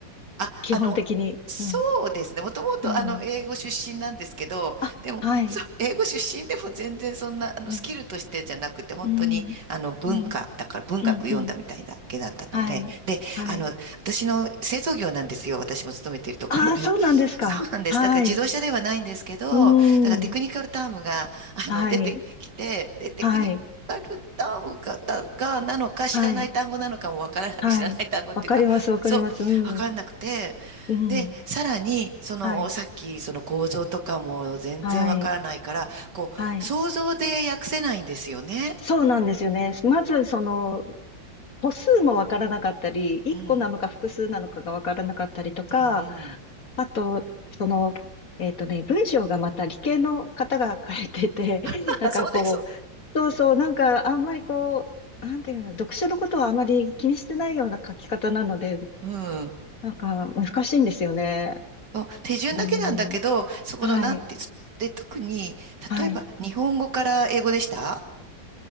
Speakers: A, on the right; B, on the left.
A: あ、
B: 基本的に。
A: あの、そうですね。
B: うん、
A: もともと、
B: うん。
A: あの、英語出身なんですけど、
B: あ、
A: でも、
B: はい。
A: そう、英語出身でも全然そんな、あの、
B: うん、
A: スキルとしてじゃなくて、本当に、
B: うん、
A: あの、文化、
B: うん、
A: だから文学読んだみたいだけだったので、
B: うん。うんはい。
A: で、
B: はい。
A: あの、私の製造業なんですよ。私も勤めているところが。
B: ああ、そうなんですか。
A: そうなんです。
B: はい。
A: だから自動車ではないんですけど、
B: うん。
A: だからテクニカルタームが、あの、
B: はい。
A: 出てきて、で、テクニカルタームが、
B: はい。
A: だがなのか、知らない単語なのかもわからない、
B: はい。はい。
A: 知らない単語っていうか、
B: わかります、わかります。
A: そう、
B: うん。
A: わかんなくて、
B: うん。
A: で、さらに、その、
B: はい。
A: さっき、その構造とかも全然わからないから、
B: はい。
A: こう、
B: はい。
A: 想像で訳せないんですよね。
B: そうなんですよね。まず、その、歩数もわからなかったり、1個なのか複数なのかがわからなかったりとか、
A: うん、うん、うん。
B: あと、その、えっとね、文章がまた理系の方が書いてて、<laughs>
A: <laughs>
B: なんかこう、
A: そうです、そ
B: そうそう、なんかあんまりこう、なんていうの、読書のことはあまり気にしてないような書き方なので、
A: う。うん。
B: なんか難しいんですよね。
A: そう手順だけなんだけど、
B: うん、
A: そこのなんて、
B: はい、
A: で、特に、
B: はい。
A: 例えば日本語から英語でした